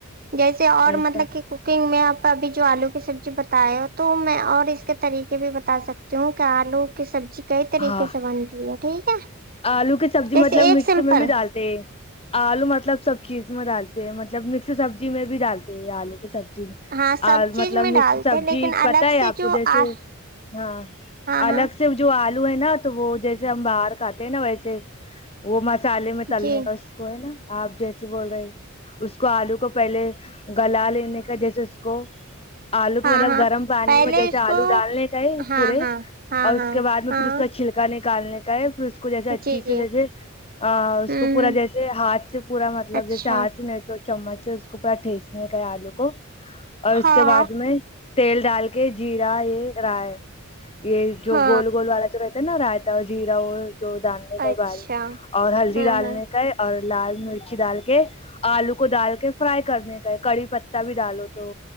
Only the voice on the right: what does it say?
جیسے اور
مطلب کہ کوکنگ میں آپ ابھی جو آلو کی سبزی ب تو میں اور اس کے طریقے بھی بتا سکتی ہوں کہ آلو کی سبزی کئی طریقے
سے بنتی ہے ٹھیک ہے
جیسے
ایک
سمپل
ہاں سب
چیز
میں ڈالتے
لیکن الگ
سے
جو
ہاں
ہاں
جی
ہاں
ہاں
پہلے
اس
کو
ہاں
ہاں ہاں
ہاں
ہاں
جی
جی
ہوں
ہ
اچھا
ہاں
ہاں
ہاں
اچھا
ہوں
ہ